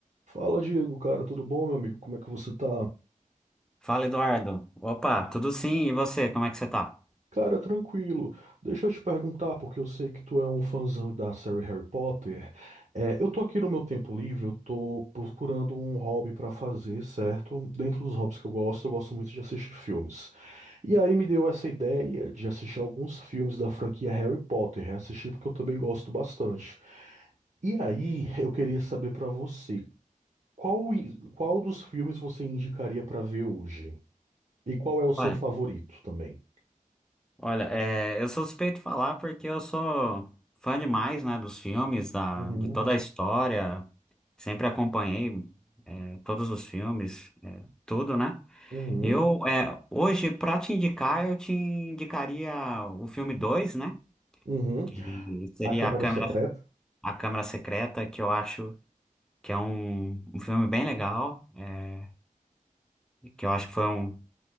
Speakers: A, on the right (about 55°); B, in the centre.
A: Fala, Diego, cara, tudo bom, meu amigo? Como é que você tá?
B: Fala, Eduardo. Opa, tudo sim? E você, como é que você tá?
A: Cara, tranquilo. Deixa eu te perguntar, porque eu sei que tu é um fãzão da série Harry Potter. É, eu tô aqui no meu tempo livre, eu tô procurando um hobby pra fazer, certo? Dentro dos hobbies que eu gosto, eu gosto muito de assistir filmes. E aí me deu essa ideia de assistir alguns filmes da franquia Harry Potter, reassistir porque eu também gosto bastante. E aí, eu queria saber pra você, qual, i- qual dos filmes você indicaria pra ver hoje? E qual é o seu
B: Olha,
A: favorito também?
B: olha, é, eu sou suspeito de falar porque eu sou fã demais, né, dos filmes, da,
A: Uhum,
B: de toda a história. Sempre acompanhei, é, todos os filmes, é, tudo, né?
A: uhum,
B: Eu, é, hoje, pra te indicar, eu te indicaria o filme 2, né?
A: uhum.
B: Que seria
A: A Câmara
B: a Câmara,
A: Secreta?
B: a Câmara Secreta, que eu acho que é um, um filme bem legal, eh, que eu acho que foi um,